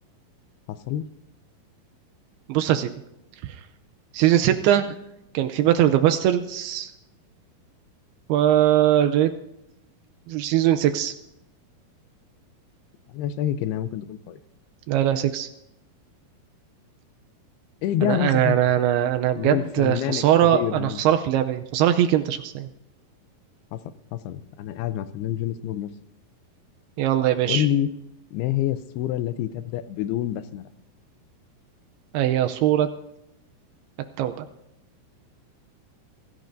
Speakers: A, on the left; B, on the right.
A: حصل
B: بص يا سيدي سيزون ستة كان في باتل اوف ذا باستردز و ريد سيزون 6
A: انا شاكك انها ممكن تكون طارق
B: لا لا 6
A: اجابه
B: أنا
A: صحيحه
B: أنا أنا أنا أنا بجد
A: للفنان
B: خسارة
A: القدير
B: أنا خسارة في اللعبة دي خسارة فيك أنت شخصيا
A: حصل حصل انا قاعد مع فنان جون سنو بنفسه
B: يلا يا باشا
A: قول لي ما هي السوره التي تبدا بدون بسمله
B: هي صورة التوبة